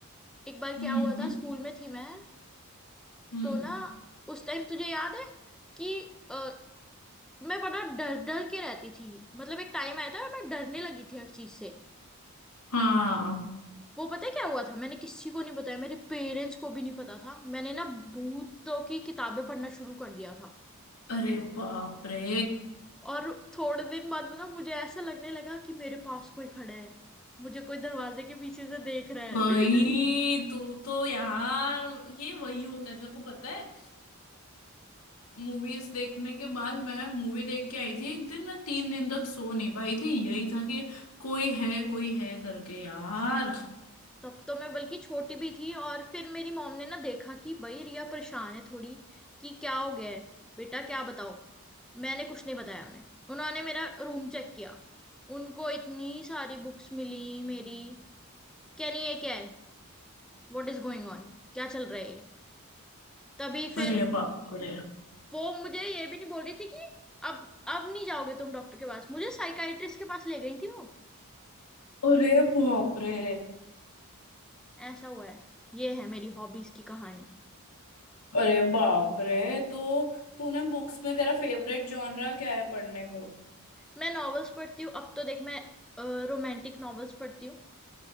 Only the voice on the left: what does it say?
हम्म
हम्म
हाँ
अरे बाप रे
भाई
तू तो यार ये वही होता है तेरे को पता है मूवीज देखने के बाद मैं मूवी देख के आई थी एक दिन मैं तीन दिन तक सो नहीं पाई थी यही था कि कोई है कोई है करके यार
अरे बाप रे
अरे बाप रे
अरे बाप रे तो तूने बुक्स में तेरा फेवरेट जॉनरा क्या है पढ़ने को